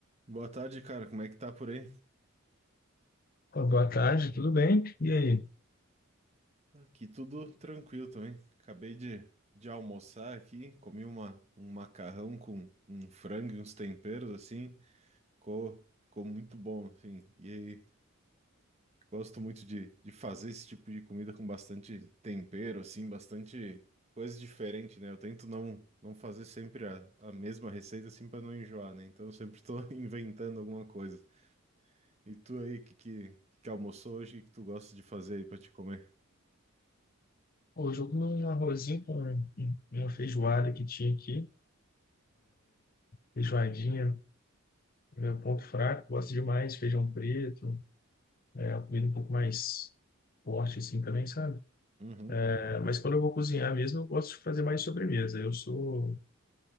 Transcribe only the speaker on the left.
Ô, Boa tarde, tudo bem? E aí?
Hoje eu comi um arrozinho com um- uma feijoada que tinha aqui, feijoadinha, meu ponto fraco, gosto demais, feijão preto, é, uma comida um pouco mais forte assim também, sabe?
É, mas quando eu vou cozinhar mesmo, eu gosto de fazer mais sobremesa, eu sou...